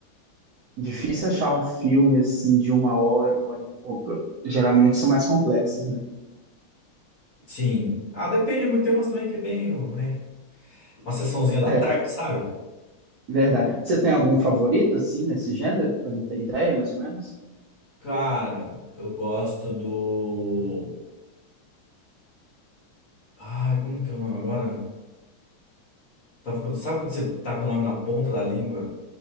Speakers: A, on the right; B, on the left.
A: difícil achar um filme assim de uma hora, uma hora e pouco. Geralmente são mais complexos, né?
B: Sim. Ah, depende muito. Tem umas também que é bem, né? Uma sessãozinha da
A: É,
B: tarde, sabe?
A: verdade. Você tem algum favorito, assim, nesse gênero, pra mim ter ideia, mais ou menos?
B: Cara, eu gosto do. Ai, como que é o nome agora? Tava com- Sabe quando você tá com o nome na ponta da língua?